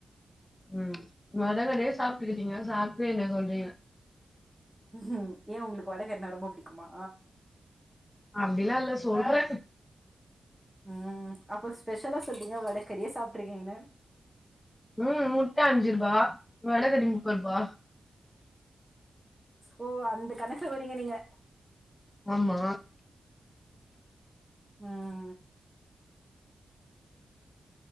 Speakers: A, on the left; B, in the centre.
A: ம் வடகறியே சாப்ட்டுக்கிறீங்க சாப்ட்டு என்ன சொல்றீங்க
B: ம் ஏ உங்ளுக்கு வடகறினா ரொம்ப புடிக்குமா
A: அப்டில்லா இல்ல சொல்றே
B: ம் அப்போ ஸ்பெஷலா சொல்றீங்க வடக்கறியே சாப்ட்டுருக்கீங்கன்னு
A: ம் முட்ட அஞ்சு ரூபா வடகறி முப் முப்பரூபா
B: ஓ அந்த கணக்குல வரிங்க நீங்க
A: ஆமா
B: அ